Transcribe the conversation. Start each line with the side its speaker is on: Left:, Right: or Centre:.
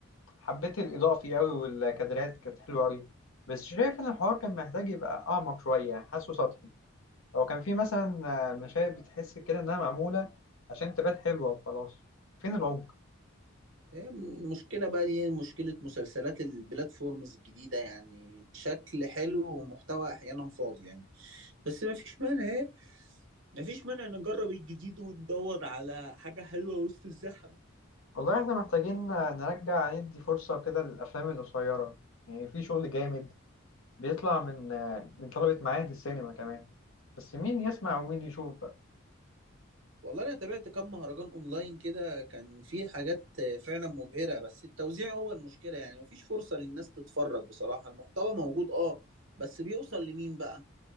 Left: حبيت الاضاءه فيه قوي والكادرات كانت حلوه قوي بس شايف ان الحوار كان محتاج يبقى اعمق شويه يعني حاسه سطحي هو كان في مثلا مشاهد بتحس كده انها معموله عشان تبان حلوه وخلاص فين العمق
Right: إيه مشكله بقى دي مشكله مسلسلات البلاتفورمز الجديده يعني شكل حلو ومحتوى احيانا فاضي يعني بس ما فيش مانع إيه؟ ما فيش مانع نجرب الجديد وندور على حاجه حلوه وسط الزحمه
Left: والله احنا محتاجين نرجع ندي فرصه كده للافلام القصيره يعني في شغل جامد بيطلع من من طلبه معاهد السينما كمان بس مين يسمع ومين يشوف
Right: والله انا تابعت كام مهرجان اونلاين كده كان في حاجات فعلا مبهرة بس التوزيع هو المشكلة يعني مفيش فرصة للناس تتفرج بصراحة المحتوى موجود اه بس بيوصل لمين بقى